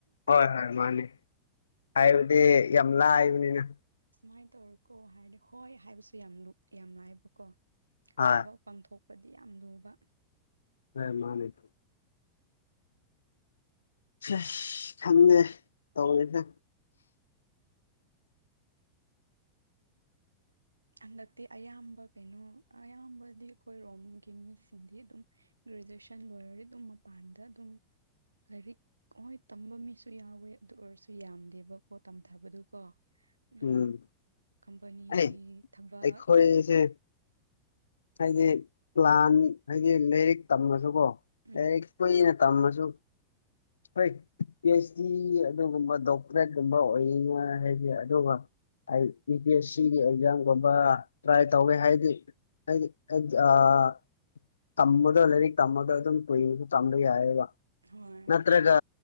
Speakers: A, on the left; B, on the right.
A: ꯍꯣꯏ ꯍꯣꯏ ꯃꯅꯤ ꯍꯥꯏꯕꯗꯤ ꯌꯥꯝ ꯂꯥꯏꯕꯅꯤꯅ
B: ꯑ ꯁꯨꯃꯥꯏꯅ ꯇꯧꯔꯣꯀꯣ ꯍꯥꯏꯔꯗꯤ ꯍꯣꯏ ꯍꯥꯏꯕꯁꯨ ꯌꯥꯝ ꯂꯨ ꯌꯥꯝ ꯂꯥꯏꯕꯥꯀꯣ
A: ꯍꯣꯏ
B: ꯊꯕꯛ ꯄꯥꯡꯊꯣꯛꯄꯗꯤ ꯌꯥꯝ ꯂꯨꯕ
A: ꯍꯣꯏ ꯃꯥꯅꯤ ꯑꯁ ꯈꯪꯗꯦ ꯇꯧꯔꯤꯁꯦ
B: ꯍꯟꯗꯛꯇꯤ ꯑꯌꯥꯝꯕ ꯀꯩꯅꯣ ꯑꯌꯥꯝꯕꯗꯤ ꯑꯩꯈꯣꯏ ꯔꯣꯝꯒꯤ ꯃꯤꯁꯤꯡꯗꯤ ꯑꯗꯨꯝ ꯒ꯭ꯔꯦꯖꯨꯑꯦꯁꯟ ꯂꯣꯏꯔꯗꯤ ꯑꯗꯨꯝ ꯃꯄꯥꯟꯗ ꯑꯗꯨꯝ ꯂꯥꯏꯔꯤꯛ ꯍꯣꯏ ꯇꯝꯕ ꯃꯤꯁꯨ ꯌꯥꯎꯋꯦ ꯑꯗꯨ ꯑꯣꯏꯔꯁꯨ ꯌꯥꯝꯗꯦꯕꯀꯣ ꯇꯝꯊꯕꯗꯨꯀꯣ ꯑꯗꯨꯝ
A: ꯎꯝ
B: ꯀꯝꯄꯅꯤꯒꯤ
A: ꯑꯩ
B: ꯊꯕꯛ
A: ꯑꯩꯈꯣꯏꯁꯦ ꯍꯥꯏꯗꯤ ꯄ꯭ꯂꯥꯟ ꯍꯥꯏꯗꯤ ꯂꯥꯏꯔꯤꯛ ꯇꯝꯃꯁꯨꯀꯣ
B: ꯎꯝ
A: ꯂꯥꯏꯔꯤꯛ ꯀꯨꯏꯅ ꯇꯝꯃꯁꯨ ꯍꯣꯏ ꯄꯤ ꯑꯩꯆ ꯗꯤ ꯑꯗꯨꯒꯨꯝꯕ ꯗꯣꯛꯇꯔꯦꯠꯀꯨꯝꯕ ꯑꯣꯏꯅꯤꯉꯤꯏ ꯍꯥꯏꯗꯤ ꯑꯗꯨꯒ ꯑꯩ ꯌꯨ ꯄꯤ ꯑꯦꯁ ꯁꯤꯒꯤ ꯑꯦꯛꯖꯥꯝꯒꯨꯝꯕ ꯇ꯭ꯔꯥꯏ ꯇꯧꯒꯦ ꯍꯥꯏꯗꯤ ꯑꯩ ꯗꯤ ꯑꯩꯗꯤ ꯑꯥ ꯇꯝꯕꯗꯣ ꯂꯩꯔꯤꯛ ꯇꯝꯃꯒꯥ ꯑꯗꯨꯝ ꯀꯨꯏꯅꯖꯨ ꯇꯝꯕ ꯌꯥꯏꯌꯦꯕ
B: ꯍꯣꯏ
A: ꯅꯠꯇ꯭ꯔꯒ